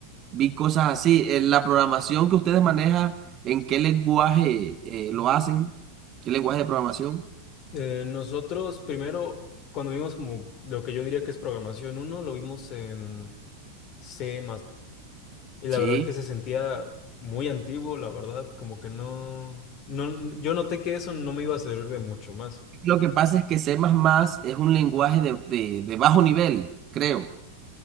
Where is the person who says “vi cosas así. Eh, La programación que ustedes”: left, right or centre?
Right